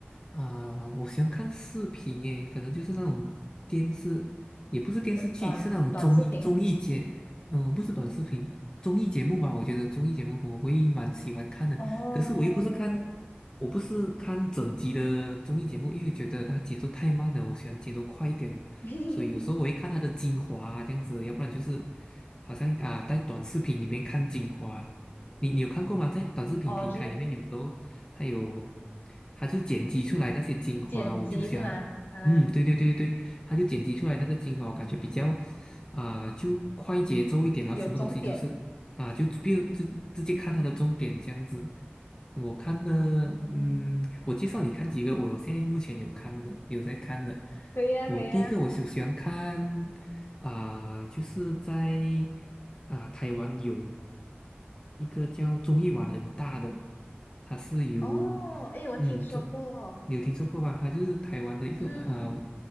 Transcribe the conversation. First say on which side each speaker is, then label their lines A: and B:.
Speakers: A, on the left; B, on the left.
A: 啊、我喜欢看视频诶，可能就是那种电视，也不是电视剧，
B: 短短短视频？
A: 是那种综艺综艺节，嗯、不是短视频，综艺节目吧？我觉得综艺节目我会蛮喜欢看的，
B: 哦，
A: 可是我又不是看，我不是看整集的综艺节目，因为觉得它节奏太慢了，我喜欢节奏快一点的，
B: <laughs>
A: 所以有时候我会看它的精华啊这样子，要不然就是好像啊、在短视频里面看精华。你你有看过吗？在短视频平台里面，
B: 哦，就是
A: 有时候它有，它就剪辑出来那些精华，
B: 剪辑是吗？
A: 我就喜欢，
B: 啊，
A: 嗯，对对对对，它就剪辑出来那个精华，我感觉比较，啊、就快节奏一点，然后全部东西都是啊、
B: 有终点。
A: 就比如就直接看它的重点这样子。
B: 嗯
A: 我看的，
B: 嗯，
A: 嗯，我介绍你看几个，我现在目前有看的，有在看的。
B: 可以啊，
A: 我第一个我就喜欢看。
B: 可以啊。
A: 啊、就是在啊、台湾有一个叫综艺玩很大的，它是由
B: 哦，诶，我听说过。
A: 嗯，这你有听说过吧？他就是台湾的一个啊、
B: 嗯